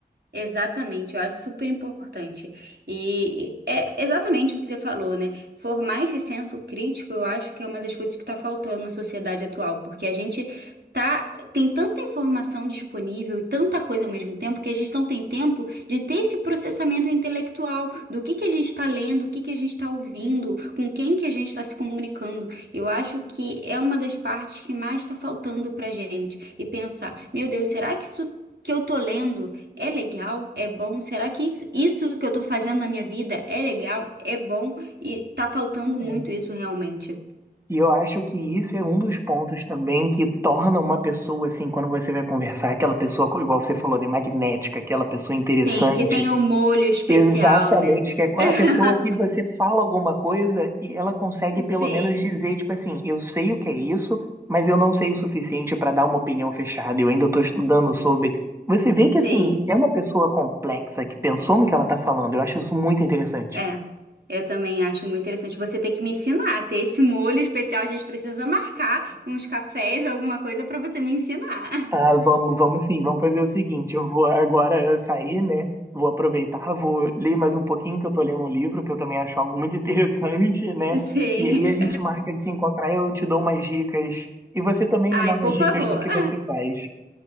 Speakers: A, on the right; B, on the right.
A: Exatamente, eu acho super importante. E é exatamente o que você falou, né? Formar esse senso crítico, eu acho que é uma das coisas que está faltando na sociedade atual, porque a gente tá, tem tanta informação disponível e tanta coisa ao mesmo tempo que a gente não tem tempo de ter esse processamento intelectual do que que a gente está lendo, o que que a gente está ouvindo, com quem que a gente está se comunicando. Eu acho que é uma das partes que mais está faltando para gente. E pensar, meu Deus, será que isso que eu tô lendo é legal? É bom? Será que isso isso que eu tô fazendo na minha vida é legal? É bom? E tá faltando muito
B: É.
A: isso realmente.
B: E eu acho que isso é um dos pontos também que torna uma pessoa, assim, quando você vai conversar, aquela pessoa, igual você falou, né, magnética, aquela pessoa
A: Sim,
B: interessante.
A: que tem o molho especial,
B: Exatamente,
A: né?
B: que é
A: <laughs>
B: a pessoa que você fala alguma coisa e ela consegue pelo
A: Sim,
B: menos dizer, tipo assim, eu sei o que é isso, mas eu não sei o suficiente para dar uma opinião fechada, eu ainda estou estudando sobre. Você vê
A: sim.
B: que, assim, é uma pessoa complexa que pensou no que ela está falando, eu acho isso muito interessante.
A: É. Eu também acho muito interessante. Você tem que me ensinar a ter esse molho especial. A gente precisa marcar uns cafés, alguma coisa pra você me ensinar.
B: Tá, vamos, vamos sim, vamos fazer o seguinte, eu vou agora sair, né? Vou aproveitar, vou ler mais um pouquinho que eu tô lendo um livro, que eu também acho algo muito <laughs> interessante, né?
A: <laughs> Sim.
B: E aí a gente marca de se encontrar, eu te dou umas dicas e você também
A: Ai,
B: me dá umas
A: por
B: dicas
A: favor.
B: do que você
A: <laughs>
B: faz.